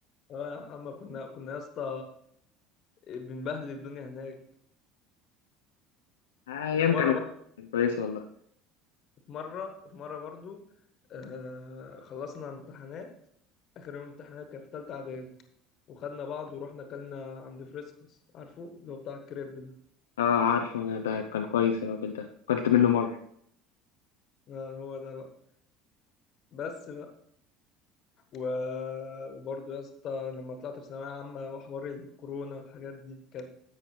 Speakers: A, on the left (about 45°); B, on the left (about 70°).
A: آه يا محمد كنا كنا يا اسطى بنبهدل الدنيا هناك
B: آه، ايام
A: وفي مرة
B: كانت
A: برضو
B: كويسه والله
A: مرة وفي مرة برضو آه خلصنا امتحانات آخر يوم امتحانات كان في تالتة إعدادي وخدنا بعض ورحنا أكلنا عند فريسكس عارفه اللي هو بتاع الكريب ده
B: اه عارفه انا ده كان كويس الراجل ده اكلت منه مره
A: آه هو ده بقى بس بقى و... وبرضه يا اسطى لما طلعت في ثانوية عامة وحوار الكورونا والحاجات دي كانت